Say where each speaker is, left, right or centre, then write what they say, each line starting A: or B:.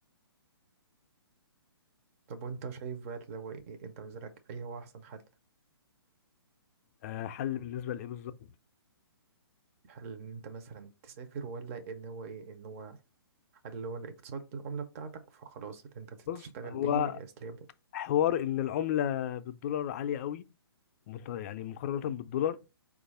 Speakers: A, on the right; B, on the left.
A: طب وانت شايف بقى لو ايه انت بالنسبه لك ايه هو احسن حل
B: آه، حل بالنسبه لايه بالظبط
A: هل إن انت مثلا تسافر ولا ان هو ايه ان هو هل هو الاقتصاد العملة بتاعتك فخلاص اللي انت تشتغل
B: بص هو
A: بيه اسلام
B: حوار ان العمله بالدولار عاليه قوي مت- يعني مقارنه بالدولار